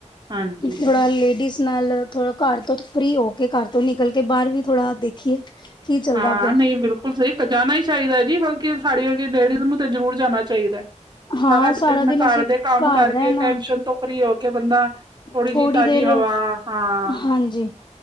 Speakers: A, on the right; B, on the left.
A: ਹਾਂਜੀ
B: ਥੋੜਾ ਲੇਡੀਜ਼ ਨਾਲ ਥੋੜਾ ਘਰ ਤੋਂ ਫ੍ਰਰੀ ਹੋ ਕੇ ਘਰ ਤੋਂ ਨਿਕਲ ਕੇ ਬਾਹਰ ਵੀ ਥੋੜਾ ਦੇਖੀਏ ਕੀ ਚੱਲਦਾ
A: ਹਾਂ
B: ਪਿਆ
A: ਨਹੀਂ ਬਿਲਕੁਲ ਸਹੀਜਾਨਾ ਹੀ ਚਾਹੀਦਾ ਜੀ ਬਲਕਿ ਸਾਡੀ ਲੇਡੀਜ਼ ਨੂੰ ਤਾਂ ਜ਼ਰੂਰਰੀ ਜਾਣਾ ਚਾਹੀਦਾ
B: ਹਾਂ
A: ਸਾਰਾ ਦਿਨ ਘਰ
B: ਅਸੀਂ
A: ਦੇ ਕੰਮ
B: ਘਰ
A: ਕਰਕੇ
B: ਰਹਿਣਾ
A: ਟੈਨਸ਼ਨ ਤੋਂ ਫ੍ਰੀ ਹੋ ਕੇ ਬੰਦਾ
B: ਥੋੜ੍ਹੀ
A: ਜਿਹੀ ਤਾਜ਼ੀ
B: ਦੇਰ
A: ਹਵਾ ਹਾਂ
B: ਹਾਂਜੀ